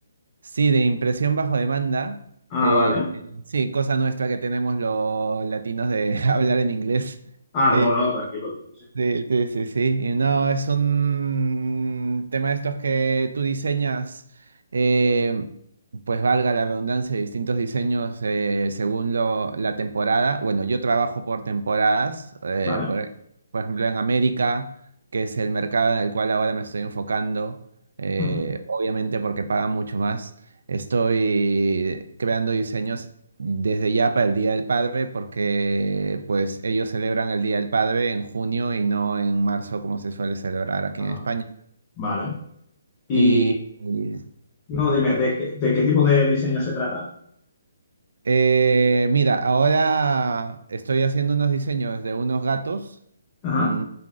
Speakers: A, on the right; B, on the left.
A: Sí, de impresión bajo demanda.
B: Ah,
A: eh,
B: vale.
A: sí, cosa nuestra que tenemos los latinos de <laughs> hablar en inglés.
B: Ah,
A: Eh,
B: no, no, tranquilo. Sí.
A: Sí, sí, sí, sí. Y no, es un tema de estos que tú diseñas, eh, pues valga la redundancia, distintos diseños eh, según lo- la temporada. Bueno, yo trabajo por temporadas, eh,
B: Vale.
A: por, por ejemplo en América, que es el mercado en el cual ahora me estoy enfocando, eh,
B: Ujú.
A: obviamente porque pagan mucho más. Estoy creando diseños desde ya para el Día del Padre porque pues ellos celebran el Día del Padre en junio y no en marzo como se suele celebrar aquí
B: Ah,
A: en España.
B: vale. Y
A: Y, y-
B: no, dime, ¿de qué, de qué tipo de diseño se trata?
A: eh, mira, ahora estoy haciendo unos diseños de unos gatos
B: Ajá.
A: um,